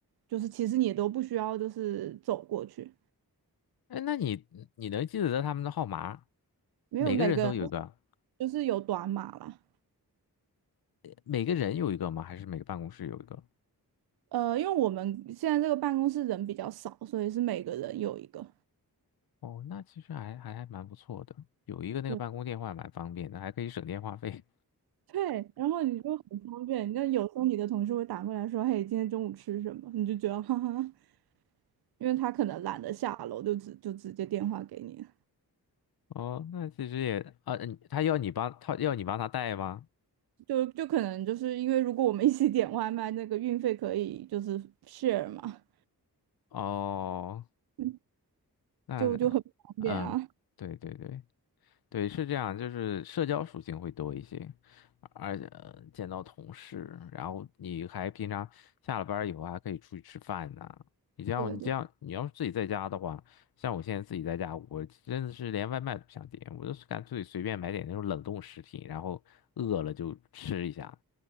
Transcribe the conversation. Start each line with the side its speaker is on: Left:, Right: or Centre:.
Right: 就是其实你都不需要就是走过去，
Left: 哎，那你你能记得得他们的号码？
Right: 没有每个人
Left: 每个人都有一个，
Right: 就是有短码啦。
Left: 每个人有一个吗？还是每个办公室有一个？
Right: 呃，因为我们现在这个办公室人比较少，所以是每个人有一个。
Left: 哦，那其实还还还蛮不错的，有一个那个办公电话蛮方便的，
Right: 对
Left: 还可以省电话费。
Right: 对，然后你就很方便。那有时候你的同事会打过来说：“嘿，今天中午吃什么？”你就觉得哈哈，因为他可能懒得下楼，就直就直接电话给你。
Left: <laughs> 哦，那其实也啊，嗯他要你帮他要你帮他带吗？
Right: 就就可能就是因为如果我们一起点外卖，那个运费可以就是 share 嘛，
Left: 哦，
Right: 嗯
Left: 那
Right: 就就很方便啊。
Left: 嗯，对对对，对，是这样，就是社交属性会多一些，而且呃见到同事，然后你还平常下了班儿以后还可以出去吃饭呐、你这样，
Right: 对对，
Left: 你这样，你要是自己在家的话，像我现在自己在家，我真的是连外卖都不想点，我就是干脆随便买点那种冷冻食品，然后饿了就吃一下，